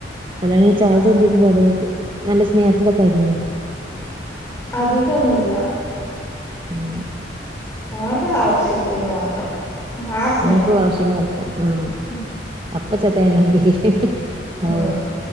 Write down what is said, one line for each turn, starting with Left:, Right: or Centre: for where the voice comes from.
Right: കല്യാണം കയ്ച്ച ആൾതെന്തേനി
Left: ആഹ്
Right: പാട് നല്ല സ്നേഹത്തിലൊക്കെ ആയിര്ന്നോ
Left: അതികൊന്നുല്ലാ
Right: മ
Left: ഓൾത് ആവശ്യത്തിന് മാത്രം ആ സ്നേഹം
Right: ഓന്ക്ക്ള്ള ആവശ്യങ്ങള് നടത്താന് ആഹ്
Left: ഉം
Right: അപ്പ ചത്തയാന് <unintelligible>
Left: ഉം
Right: ഔ